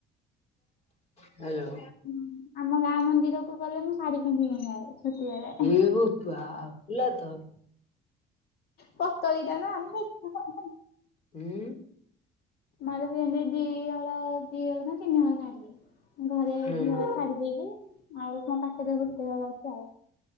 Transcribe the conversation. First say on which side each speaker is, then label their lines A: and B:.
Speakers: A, on the left; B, on the left.
A: ହ୍ୟାଲୋ।
B: ହୁଁ ଆମ ଗାଁ ମନ୍ଦିରକୁ ଗଲେ ମୁଁ ଶାଢୀ ପିନ୍ଧିକି ଯାଏ। ଛୋଟିବେଳେ
A: ଏ ବୋପା ହେଲା ତ।
B: ପତଳୀ ଟା ନା ହୁ ହା ହା।
A: ହୁଁ।
B: ମୋର ସେଂନ୍ତି ଦି ହଳ ନା ତିନି ହଳ ଶାଢ଼ୀ। ଘରେ
A: ହୁଁ।
B: ଦି ହଳ ଛାଡ଼ି ଦେଇଚି ଆଉ ମୋ ପାଖରେ ଗୋଟେ ହଳ ଅଛି ଆଉ।